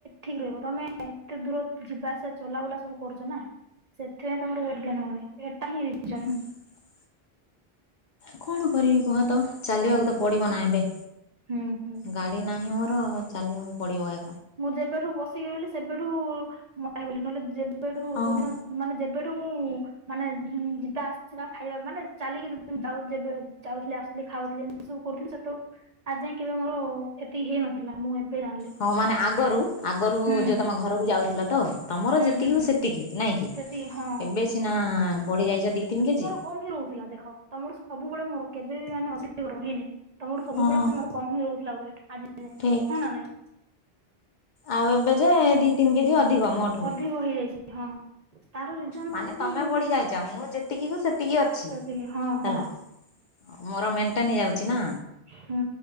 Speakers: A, on the right; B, on the left.
A: ଠିକ ରହିବ ତମେ ଏତେ ଦୂର ଯିବାସିବା ଚଲା ବୁଲା ସବୁ କରୁଚ ନା। ସେଥିପାଇଁ ତମର ୱେଟ୍ ଗେନ୍ ଏଟା ହିଁ ରିଜନ୍।
B: <unintelligible> କଣ କରିବି କୁହ ତ ଚାଲିବାକୁ ତ ପଡିବ ନା ଏବେ।
A: ହୁଁ ହୁଁ।
B: ଗାଡି ନାହିଁ ମୋର ଚାଲିବାକୁ ପଡିବ ଏ
A: ମୁଁ ଯେବେଠୁ ବସିକି ରହଲି ସେବେଠୁ ମୋଟା ହେଇଗଲି ନହେଲେ ଯେବେଠୁ
B: ହଁ।
A: ଯୋଉଦିନ ମାନେ ଯେବେଠୁ ମୁଁ ମାନେ ଯିବା ଆସିବା ଖାଇବା ମାନେ ଚାଲିକି ଯେତେଦିନ ଯାଉ ଯେବେ ଯାଉଥିଲି ଆସୁଥିଲି ଖାଉଥିଲି ସବୁ କରୁଥିଲି ସେତ ଆ ଯାଏଁ କେବେ ମୋର ଏତିକି ହେଇ ନଥିଲା ମୁଁ ଏବେ ଜାଣିଲି।
B: ହଁ ମାନେ ଆଗରୁ ଆଗରୁ
A: ହୁଁ
B: ଯୋଉ ତମ ଘରକୁ ଯାଉଥିଲ ତ? ତମର
A: ହୁଁ
B: ଯେତିକି
A: ହୁଁ
B: ହଉ ସେତିକି ନାଇଁ କିି
A: ସେତିକି ହଁ
B: ଏବେ ସିନା ବଢି ଯାଇଚ ଦି ତିନି କେଜି।
A: କମ ହିଁ ରହୁଥିଲା ଦେଖ ତମର ସବୁବେଳେ ମୋର କେବେ ବି ମାନେ ଅଧିକ ରହେନି। ତମର ସବୁବେଳେ
B: ହଁ
A: ମୋର କମ୍ ହିଁ ରହୁଥିଲା ୱେଟ୍ ଆଜି ଯାଏଁ
B: ଠିକ୍।
A: ହଁ ନା ନାଇଁ?
B: ଆଉ ଏବେ ଯେ ଦି ତିନି କେଜି ଅଧିକ। ମୋଠୁ।
A: ଅଧିକ ହେଇଯାଇଛି ହଁ। ତାର ରିଜନ
B: ମାନେ
A: ହଉଛି
B: ତମେ
A: ମୁଁ
B: ପଢି ଯାଇଚ ମୁଁ ଯେତିକି କୁ ସେତିକି ଅଛି
A: ସେତିକି ହଁ
B: ହେଲା।
A: ହଁ
B: ମୋର ମେଣ୍ଟେନ ହେଇ ଯାଉଚି ନା।
A: ହୁଁ।